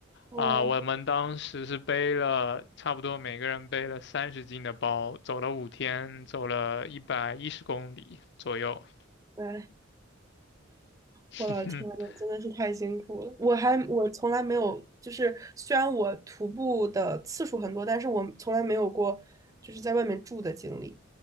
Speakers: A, on the right; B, on the left.
A: 哦，
B: 啊，我们当时是背了差不多每个人背了三十斤的包，走了五天，走了一百一十公里左右。
A: 来，
B: <laughs>
A: 我老天呐，真的是太辛苦了。我还我从来没有，就是虽然我徒步的次数很多，但是我从来没有过就是在外面住的经历，